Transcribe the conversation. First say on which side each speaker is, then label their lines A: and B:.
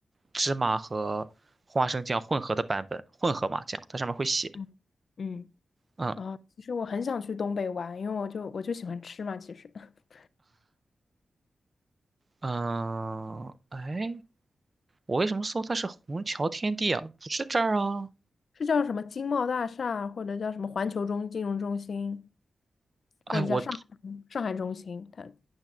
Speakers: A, on the right (about 45°); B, on the left (about 60°).
A: 芝麻和花生酱混合的版本，混合麻酱，它上面会写，
B: 嗯嗯
A: 嗯
B: 啊，其实我很想去东北玩，因为我就我就喜欢吃嘛。其实 <laughs>
A: 嗯，哎，我为什么搜它是虹桥天地啊？不是这儿啊，
B: 是叫什么金茂大厦，或者叫什么环球中金融中心，
A: 哎，
B: 或者叫上海上海中心，
A: 我
B: 它